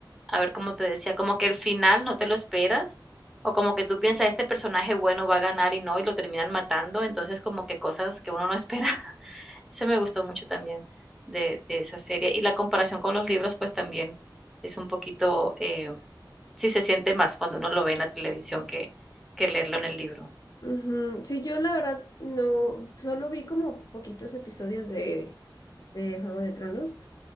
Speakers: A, in the centre; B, on the left (about 50°).
A: a ver, ¿cómo te decía? Como que el final no te lo esperas, o como que tú piensas, este personaje bueno va a ganar y no, y lo terminan matando, entonces como que cosas que uno no <laughs> espera. Eso me gustó mucho también de, de esa serie. Y la comparación con los libros, pues también es un poquito, eh, sí se siente más cuando uno lo ve en la televisión que, que leerlo en el libro,
B: ujú. Sí, yo la verdad no, solo vi como poquitos episodios de, de Juego de Tronos,